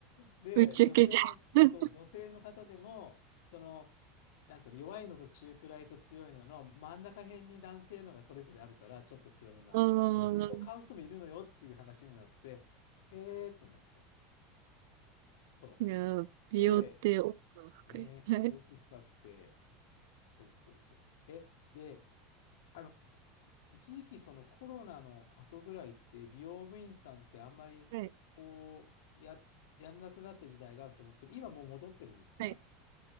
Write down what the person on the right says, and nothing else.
宇宙系。
<laughs>
ああ、
いやー、美容って奥が深い。
はい。
はい。
はい